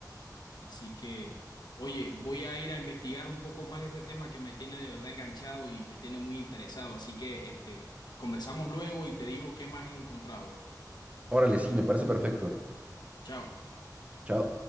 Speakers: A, on the left (about 75°); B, on the right (about 20°).
A: Así que, oye, voy a ir a investigar un poco más de este tema que me tiene de verdad enganchado y me tiene muy interesado. Así que, este, conversamos luego y te digo qué más he encontrado.
B: Órale, sí, me parece perfecto.
A: Chao.
B: Chao.